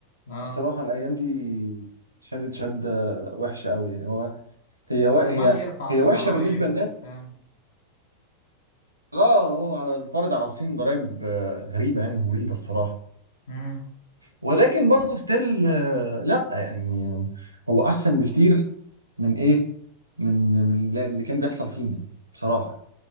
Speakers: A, on the left (about 60°); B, on the right (about 85°).
A: اه
B: بصراحه الايام دي شدت شده وحشه قوي يعني هو هي و-
A: عمال
B: هي
A: يرفع
B: هي
A: في
B: وحشه
A: ضرايب
B: بالنسبه للناس
A: وبتاع
B: اه هو فرض على الصين ضرائب آه، غريبه يعني ومريبه الصراحه
A: مم.
B: ولكن برضه ستيل لا يعني هو احسن بكتير من ايه من من لا- اللي كان بيحصل فينا يعني بصراحه